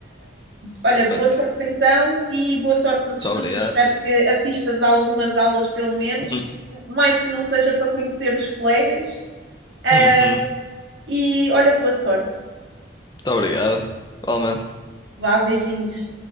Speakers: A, on the right; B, on the left.
A: Olha, boa
B: Muito
A: sorte então e boa sorte nos estudos.
B: obrigado.
A: Eu espero que assistas a algumas aulas, pelo menos,
B: Hum,
A: mais que não seja para conhecer os colegas. Ah,
B: uhum,
A: e olha, boa sorte.
B: Muito obrigado. Igualmente.
A: Vá, beijinhos.